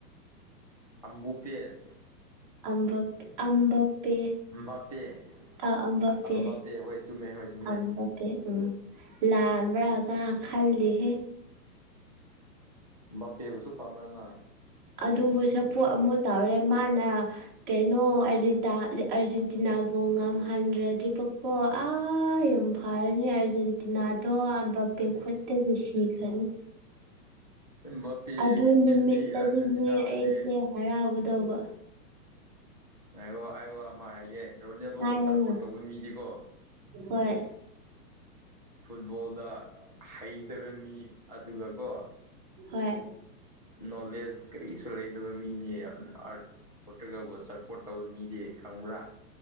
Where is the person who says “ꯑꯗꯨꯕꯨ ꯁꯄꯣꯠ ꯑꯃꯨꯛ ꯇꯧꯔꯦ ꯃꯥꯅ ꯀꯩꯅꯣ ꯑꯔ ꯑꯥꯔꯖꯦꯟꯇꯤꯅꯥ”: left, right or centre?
Right